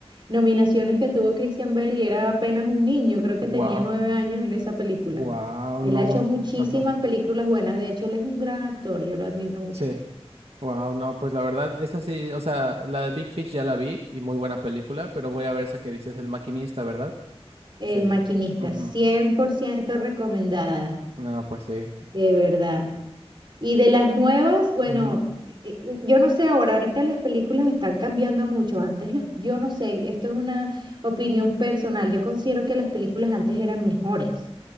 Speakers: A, on the right (about 50°); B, on the right (about 65°).
A: nominaciones que tuvo Christian Bale y era apenas un niño, creo que
B: wow,
A: tenía nueve años en esa película.
B: wow,
A: Él
B: no,
A: ha hecho muchísimas
B: ajá,
A: películas buenas, de hecho él es un gran actor, yo lo admiro mucho.
B: sí. Wow, no, pues la verdad, esa sí, o sea, la de Big Fish ya la vi y muy buena película, pero voy a ver esa que dices, El Maquinista, ¿verdad?
A: El
B: Sí.
A: Maquinista,
B: Ujú.
A: 100% recomendada,
B: No, pues sí.
A: de verdad. Y de las nuevas, bueno,
B: Ujú.
A: eh, eh, yo no sé ahora, ahorita las películas están cambiando mucho. Antes las, yo no sé, esto es una opinión personal. Yo considero que las películas antes eran mejores.